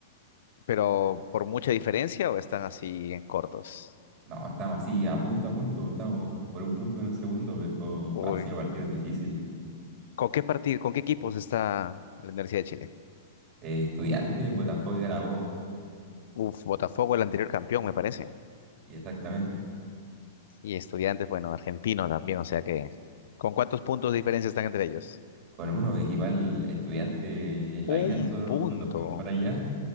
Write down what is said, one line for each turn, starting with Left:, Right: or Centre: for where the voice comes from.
Left: pero por mucha diferencia o están así cortos.
Right: No, estamos así a punto a punto, estamos por un punto en el segundo, pero
Left: Uy.
Right: han sido partidos difíciles.
Left: ¿Con qué partido, con qué equipos está la Universidad de Chile?
Right: Eh, Estudiantes, Botafogo y Carabobo,
Left: Uf, Botafogo, el anterior campeón, me parece.
Right: y exactamente.
Left: Y Estudiantes, bueno, argentino también, o sea que. ¿Con cuántos puntos de diferencia están entre ellos?
Right: Con uno, igual estudiante en la
Left: Un
Right: ida, nosotros
Left: punto.
Right: cuando fuimos para allá.